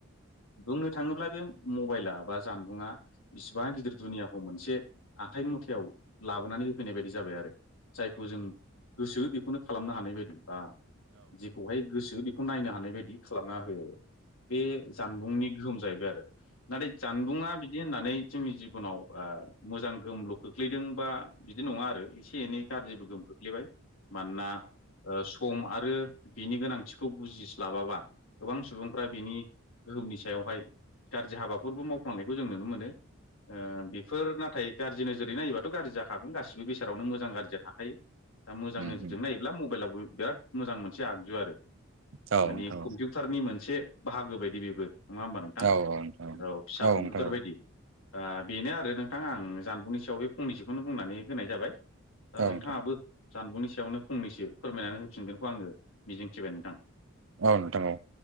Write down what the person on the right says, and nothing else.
उम
उम
औ
नोंथां औ
औ नोंथां
नोंथां औ
औ
नोंथां
औ नोंथां औ